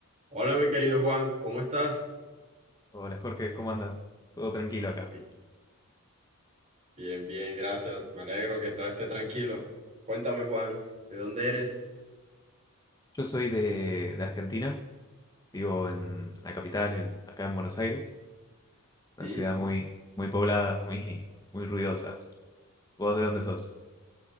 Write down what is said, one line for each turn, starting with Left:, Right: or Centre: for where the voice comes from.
Right: Hola, mi querido Juan, ¿cómo estás?
Left: Hola Jorge, ¿cómo andas? Todo tranquilo acá.
Right: Bi- Bien, bien, gracias. Me alegro que todo esté tranquilo. Cuéntame, Juan, ¿de dónde eres?
Left: Yo soy de, de Argentina, vivo en la capital, en, acá en Buenos Aires,
Right: Sí.
Left: una ciudad muy, muy poblada, muy, muy ruidosa. ¿Vos de dónde sos?